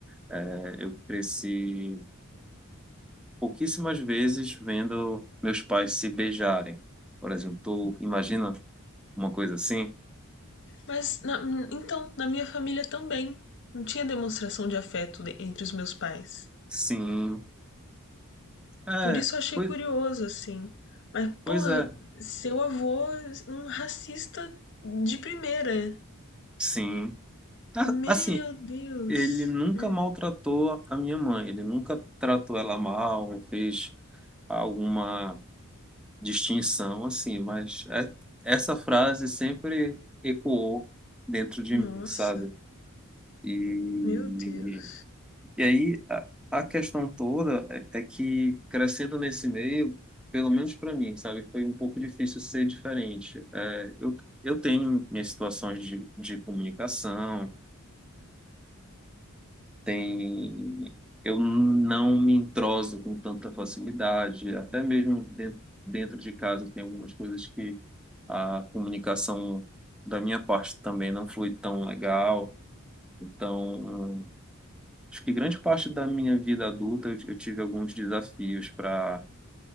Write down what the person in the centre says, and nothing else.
É, eu cresci pouquíssimas vezes vendo meus pais se beijarem. Por exemplo, tu imagina uma coisa assim?
Sim. É,
pois
pois
é,
sim. A-
Assim,
Ele nunca
maltratou a a minha mãe, ele nunca tratou ela mal, fez alguma distinção assim, mas é- essa frase sempre ecoou dentro de
mim, sabe? E,
e aí a, a questão toda é, é que crescendo nesse meio, pelo menos para mim, sabe, foi um pouco difícil ser diferente. É, eu, eu tenho minhas situações de, de comunicação, tem eu não me entroso com tanta facilidade, até mesmo de- dentro de casa tem algumas coisas que a comunicação da minha parte também não foi tão legal. Então, hum, acho que grande parte da minha vida adulta eu, eu tive alguns desafios para